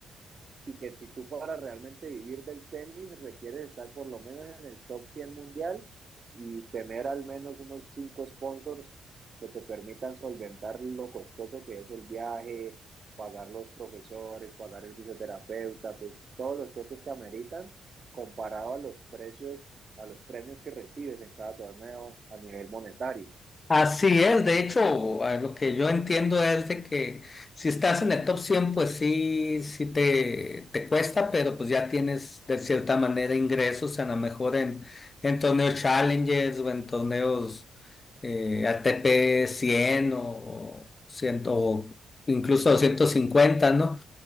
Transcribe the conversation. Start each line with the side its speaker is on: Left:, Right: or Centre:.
Right: y que si tú para realmente vivir del tenis requieres estar por lo menos en el top 100 mundial y tener al menos unos cinco sponsors que te permitan solventar lo costoso que es el viaje, pagar los profesores, pagar el fisioterapeuta, pues todos los costos que ameritan comparado a los precios, a los premios que recibes en cada torneo a nivel monetario.
Left: Así es, de hecho, a lo que yo entiendo es de que si estás en el top 100, pues sí, sí te, te cuesta, pero pues ya tienes de cierta manera ingresos, a lo mejor en, en torneos Challengers o en torneos eh, ATP cien o, o 100 o incluso 250, ¿no?